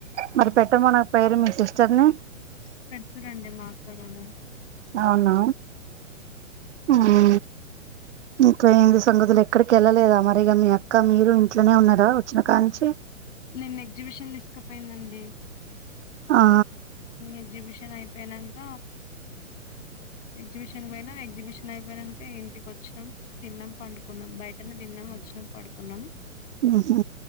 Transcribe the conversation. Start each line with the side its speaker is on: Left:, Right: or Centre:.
Right: మరి పెట్టమనకపోయారా మీ సిస్టర్ని
Left: పెడుతురండి మా అక్కనెమో
Right: అవునా ఉ ఇంకా సంగతులు ఎక్కడికి వెళ్ళలేదా మరిగా మీ అక్క మీరు ఇంట్లోనే ఉన్నారా వచ్చిన కా నుంచి
Left: నిన్న ఎగ్జిబిషన్ తీసుకపోయిందండి
Right: ఆ ఆ
Left: ఎగ్జిబిషన్ అయిపోనాక ఎగ్జిబిషన్కి పోయినాం ఎగ్జిబిషన్ అయిపోయినాక ఇంటికి వచ్చాం తిన్నాం పండుకున్నాం బయటనే తిన్నాం వచ్చాం పడుకున్నామం
Right: ఉహు